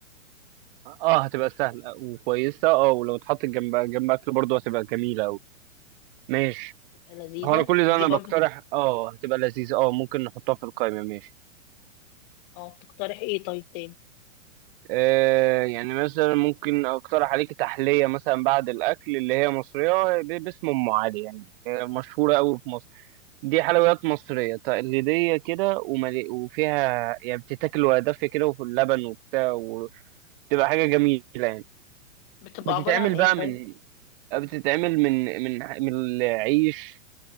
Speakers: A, on the right; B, on the left.
A: اه هتبقى سهلة وكويسة اه ولو اتحطت جنب جنب اكل برضه هتبقى جميلة اوي ماشي
B: تبقى لذيذه
A: هو انا كل
B: دي
A: ده انا
B: برضو
A: بقترح اه هتبقى لذيذة اه ممكن نحطها في القائمة ماشي
B: اه تقترح ايه طيب تاني
A: آه يعني مثلا ممكن اقترح عليك تحلية مثلا بعد الاكل اللي هي مصرية ب- باسم ام علي يعني هي مشهورة اوي في مصر دي حلويات مصرية تقليدية كده وملي... وفيها يعني بتتاكل وهي دافية كده وفي اللبن وبتاع وتبقى حاجة جميلة يعني
B: بتبقى
A: بتتعمل
B: عباره عن ايه
A: بقى
B: طيب
A: من بتتعمل من من من العيش